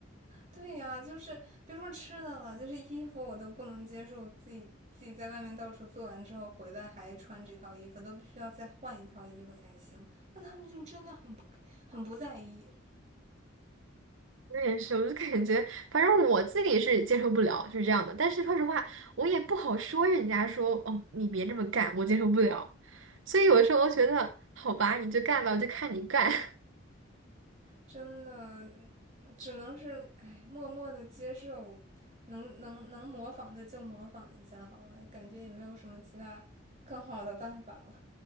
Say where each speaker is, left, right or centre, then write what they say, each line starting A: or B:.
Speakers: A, on the right (about 30°); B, on the right (about 70°).
A: 对呀，就是别说吃的了，就是衣服我都不能接受，自己自己在外面到处做完之后回来还穿这套衣服，都必须要再换一套衣服才行。那他们就真的很不很不在意，
B: 我也是，我就感觉，反正我自己是接受不了，是这样的。但是说实话，我也不好说人家说哦，你别这么干，我接受不了。所以有时候我觉得，好吧，你就干吧，我就看你干。
A: 真的。只能是哎，默默的接受，能能能模仿的就模仿一下好了，感觉也没有什么其他更好的办法了。